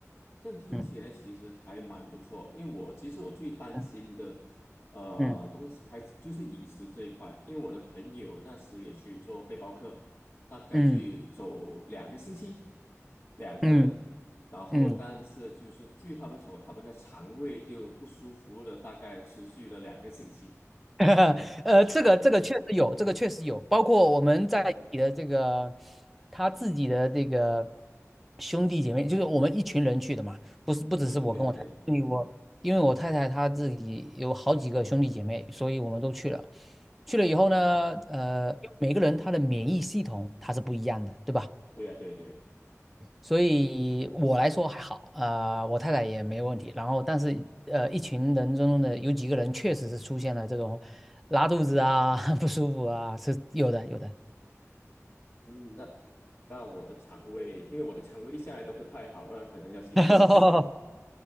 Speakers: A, on the left; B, in the centre.
A: 这样听起来其实还蛮不错，
B: 嗯
A: 因为我其实我最担心的，
B: 嗯
A: 呃，
B: 嗯
A: 东西还是就是饮食这一块，因为我的朋友那时也去做背包客，大概去走两个星期，
B: 嗯
A: 两个人，
B: 嗯
A: 然后但是就是据他们说，
B: 嗯嗯。嗯
A: 他们的肠胃就不舒服了，大概持续了两个星期。
B: <laughs> 呃，这个这个确实有，这个确实有，包括我们在你的这个
A: <laughs> 嗯哼
B: 他自己的这个兄弟姐妹，就是我们一群人去的嘛，不是不只是我跟我太太，
A: 嗯对对对，
B: 因为我因为我太太她自己有好几个兄弟姐妹，所以我们都去了。去了以后呢，呃，因为每个人他的免疫系统它是不一样的，对吧？
A: 对呀、对对，
B: 所以我来说还好，呃，我太太也没问题。然后，但是呃，一群人中的有几个人确实是出现了这种拉肚子啊、<laughs> 不舒服啊，是有的，有的。
A: 嗯，那那我的肠胃，因为我的肠胃一向来都不太好，那可能要去慎行。
B: <laughs>